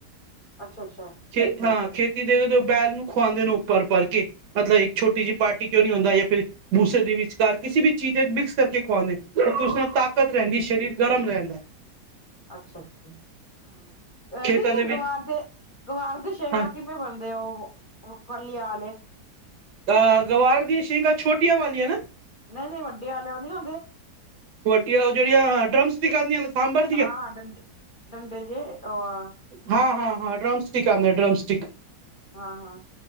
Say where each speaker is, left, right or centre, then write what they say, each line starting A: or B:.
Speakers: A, on the left; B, on the right.
A: ਅੱਛਾ ਅੱਛਾ।
B: ਛੇਠਾ ਖੇਤੀ ਦੇ ਬੈਲ ਨੂੰ ਖੁਆਉਂਦੇ ਨੇ ਉਭਰ ਭਰ ਕੇ। ਮਤਲਬ ਇੱਕ ਛੋਟੀ ਜਿ ਪਾਰਟੀ ਕਓਂ ਨੀ ਹੁੰਦਾ ਯਾਂ ਫਿਰ ਭੂਸੇ ਦੇ ਵਿਚਕਾਰ ਕਿਸੀ ਵੀ ਚੀਜ਼ ਏਚ ਮਿਕਸ ਕਰਕੇ ਖਵਾਉਂਦੇ। ਤੁਸਾਂ ਤਾਕਤ ਰੈਂਦੀ। ਸ਼ਰੀਰ ਗਰਮ ਰੈਂਦਾ ਐ।
A: ਅੱਛਾ ਅੱਛਾ।
B: ਖੇਤਾਂ
A: ਦੀਦੀ
B: ਦੇ
A: ਗਵਾਰ
B: ਵਿੱਚ
A: ਦੇ ਗਵਾਰ ਦੇ ਸ਼ੇਗਾ
B: ਹਾਂ
A: ਕਿ ਬਣਦੇ ਓ। ਓ ਫਲਿਆਂ ਆਲੇ।
B: ਅ ਗਵਾਰ ਦੀ ਸ਼ੀਗਾਂ ਛੋਟੀਆਂ ਵਾਲੀਆਂ ਨਾ
A: ਨਹੀਂ ਨਹੀਂ ਵੱਡੇ ਆਲੇ ਨਹੀਂ ਆਉਂਦੇ
B: ਉਹਟੀਆ ਵਾਲੀਆ ਉਹ ਜਿਹੜੀਆਂ ਆਟਰਮਸ ਕਿ ਗਾਂਧੀ ਆਂ ਸਾਂਭਰ
A: ਹਾਂ ਹਾਂ ਡੰਡੇ ਡੰਡੇ ਜੇ ਉਹ ਆ
B: ਹਾਂ ਹਾਂ ਹਾਂ ਡਰਮਸਟਿਕ ਆਂਦਾ ਡਰਮਸਟਿਕ।
A: ਹਾਂ -ਹਾਂ